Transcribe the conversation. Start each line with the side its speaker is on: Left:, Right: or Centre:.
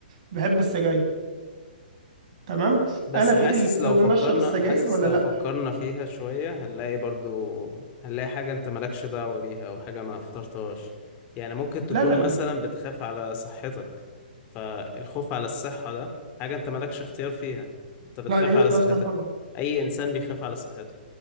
Right: بحب السجاير تمام
Left: بس
Right: انا بايدي
Left: حاسس
Right: الاختيار
Left: لو
Right: ان
Left: فكرنا
Right: أنا اشرب السجاير
Left: حاسس
Right: ولا
Left: لو
Right: لا
Left: فكرنا فيها شوية هنلاقي برضو هنلاقي حاجة انت مالكش دعوة بيها او حاجة ما اخترتهاش يعني ممكن تكون
Right: لا لا
Left: مثلا
Right: لا
Left: بتخاف على صحتك فالخوف على الصحة ده حاجة انت مالكش اختيار فيها انت بتخاف
Right: لا ليه
Left: على
Right: اختيار
Left: صحتك
Right: صح طبعا
Left: اي انسان بيخاف على صحته